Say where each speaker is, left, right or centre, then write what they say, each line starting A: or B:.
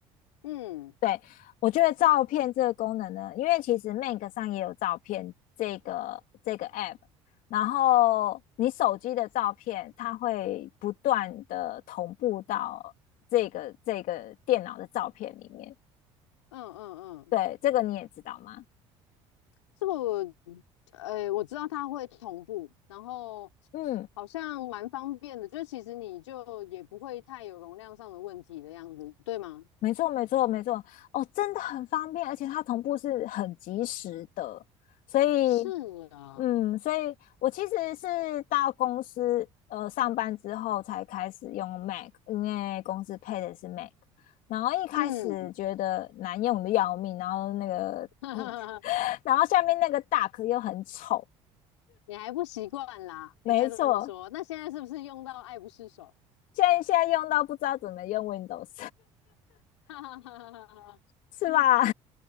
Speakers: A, on the left; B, on the left.
A: 嗯
B: 对，我觉得照片这个功能呢，因为其实 m a c 上也有照片这个这个 app，然后你手机的照片，它会不断的同步到这个这个电脑的照片里面。
A: 嗯嗯嗯。
B: 对，这个你也知道吗？
A: 这个我呃我知道它会同步，然后
B: 嗯，
A: 好像蛮方便的，就其实你就也不会太有容量上的问题的样子，对吗？
B: 没错，没错，没错。哦，真的很方便，而且它同步是很及时的，所以
A: 是啊，
B: 嗯，所以我其实是到公司呃上班之后才开始用 Mac，因为公司配的是 Mac。然后一开始觉得难用的要命，
A: 嗯，
B: 然后那个嗯，
A: <laughs>
B: <laughs> 然后下面那个 Dock 又很丑，
A: 你还不习惯啦，
B: 没错，
A: 应该这么说。那现在是不是用到爱不释手？
B: 现在现在用到不知道怎么用 Windows，
A: <laughs> 哈哈哈哈哈。
B: <laughs> 是吧？
A: <laughs>